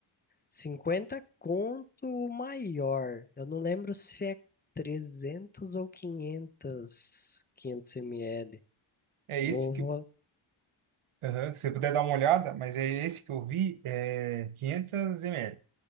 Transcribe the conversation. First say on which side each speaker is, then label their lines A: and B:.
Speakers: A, on the left; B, on the right.
A: 50 conto o maior. Eu não lembro se é 300 ou 500, 500 ml.
B: É
A: Vou,
B: esse que.
A: vou,
B: Aham. Se você puder dar uma olhada, mas é esse que eu vi, é 500 ml.